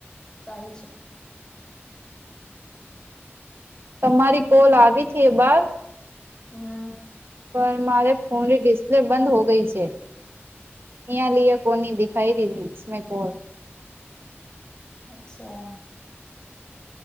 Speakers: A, on the left; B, on the right.
A: સારું છે.
B: તમારી કોલ આવી હતી બાર
A: હમ
B: પર મારે ફોનની ડિસ્પ્લે બંધ હો ગઈ છે. યા લી કોની દેખાઈ દીધીમે કોણ
A: અચ્છા